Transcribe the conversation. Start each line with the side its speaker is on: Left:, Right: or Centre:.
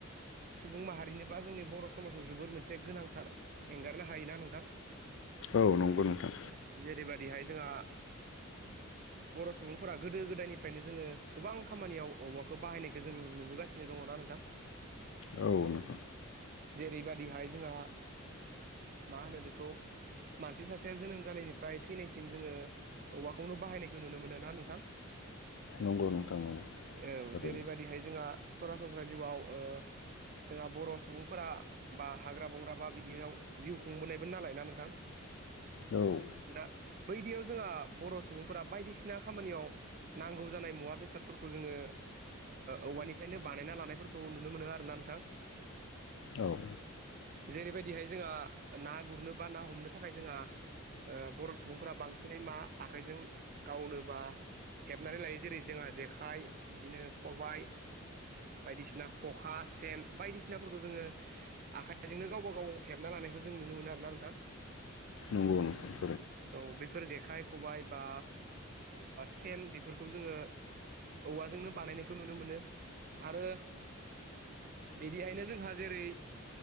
Right: सुबुं माहारिनि बा जोंनि बर' समाजाव जोबोर मोनसे गोनांथार एंगारनो हायोना नोंथां
Left: औ नंगौ नोंथां
Right: जेरैबायदिहाय जोंहा बर' सुबुंफोरा गोदो गोदायनिफ्रायनो जोङो गोबां खामानियाव औबवाखौ बाहायनायखौ जों नुबोगासिनो दङना नोंथां
Left: औ नोंथां
Right: जेरैबायदिहाय जोंहा मा होनो बेखौ मानसि सासेया जोनोम जानायनिफ्राय थैनायसिम जोङो औवाखौनो बाहायनायखौ नुनो मोनो ना नोंथां
Left: नंगौ नोंथां नंगौ
Right: औ
Left: ओरैनो
Right: जेरैबायदिहाय जोंहा सरासनस्रा जिउआव जोंहा बर' सुबुं फोरा बा हाग्रा बंग्रा बा बिदियाव जिउ खुंबोनायबो नालायना नोंथां
Left: औ
Right: दा बैदियाव जोंहा बर' सुबुंफोरा बायदिसिना खामानियाव नांगौ जानाय मुवा बेसादफोरखौ जोङो। औवानिफ्रायनो बानायना लानायफोरखौ नुनो मोनो आरोना नोंथां।
Left: औ
Right: जेरैबायदिहाय जोंहा ना गुरनो बा ना हमनो थाखाय जोंहा। ओ बर' सुबुंफोरा बांसिनै मा आखाइजों गावनोबा हेबनानै लायो जेरै जोंहा जेखाइ बिदिनो खबाय। बायदिसिना खखा सेन बायदिसिना। सिनाफोरखौ जोङो आखाइजोंनो गावबा गाव हेबना लानायखौ जों नुनो मोनो आर ना नोंथां।
Left: नंगौ नोंथां
Right: औ बेफोर जेखाइ खबाइ बा सेन बेफोरखौ जोङो। औवाजोंनो बानायनायखौ नुनो मोनो आरो बेहायनो जोंहा जेरै